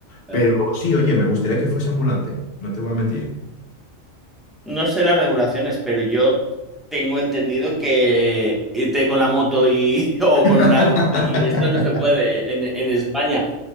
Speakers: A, in the centre; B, on the left (about 50°).
A: claro.
B: Pero sí, oye, me gustaría que fuese ambulante, no te voy a mentir.
A: No sé las regulaciones, pero yo tengo entendido que irte con la moto y <laughs> o
B: <laughs>
A: con una bici, esto no se puede en, en España.